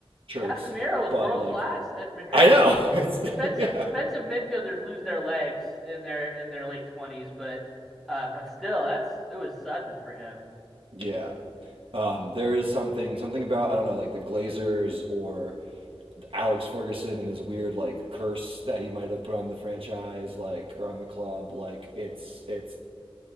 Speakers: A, on the right; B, in the centre.
A: shirts,
B: Casemiro was
A: but
B: world
A: like
B: class at Madrid.
A: I know,
B: I mean,
A: <laughs> it's,
B: defensive
A: yeah,
B: defensive midfielders lose their legs in their in their late twenties, but uh, but still, that's it was sudden for him.
A: yeah. Um, there is something something about I don't know like the Glazers or Alex Ferguson and his weird like curse that he might have put on the franchise, like or on the club. Like it's it's